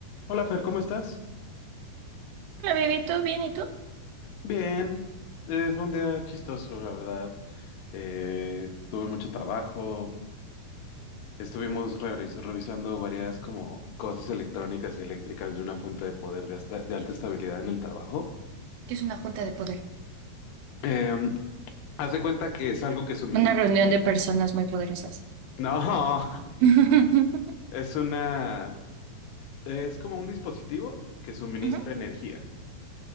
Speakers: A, on the left; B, on the right.
A: Hola Fer, ¿cómo estás?
B: Hola, baby, ¿todo bien? ¿Y tú?
A: Bien, eh, fue un día chistoso, la verdad. Eh, tuve mucho trabajo, estuvimos revis- revisando varias como cosas electrónicas y eléctricas de una fuente de poder de, hasta- de alta estabilidad en el trabajo.
B: qué es una junta de poder,
A: Em, haz de cuenta que es algo que suministra...
B: una reunión de personas muy poderosas.
A: No,
B: <laughs>
A: <laughs> es una... Es como un dispositivo que suministra
B: Ujú,
A: energía,